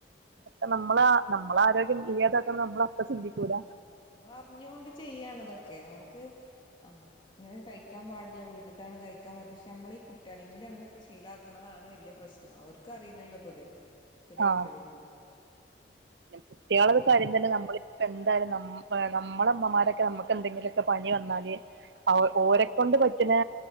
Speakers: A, on the right; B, on the left.
A: ക്കെ നമ്മള് ആഹ് നമ്മള് ആരോഗ്യം ഏതാക്കണം നമ്മള അപ്പ ചിന്തിക്കൂല
B: നമ്മളറിഞ്ഞോണ്ട് ചെയ്യാണ് ഇതൊക്കെ നമുക്ക് ആഹ് ഇങ്ങനെ കഴിക്കാൻ പാടില്ല വീട്ട്ത്താണ് കഴിക്കാൻ പറ്റ പക്ഷേ നമ്മള ഈ കുട്ടികളിയും കൂടി അങ്ങനെ ശീലാക്ക് നതാണ് വല്യ പ്രശ്നം അവർക്ക അറിയില്ലല്ലോ ഇപ്പൊ ഇത് ചെറിയ
A: ആ
B: കുട്ടികൾക്ക്
A: അതെ കുട്ടിയാളെ കാര്യം
B: ഒരു
A: തന്നെ നമ്മള് എന്തായാലും ന നമ്മള ഇമ്മമാരൊക്കെ നമുക്ക് എന്തെങ്കിലുക്കെ പനി വന്നാല് അവ ഓരെ കൊണ്ട് പറ്റ്ണ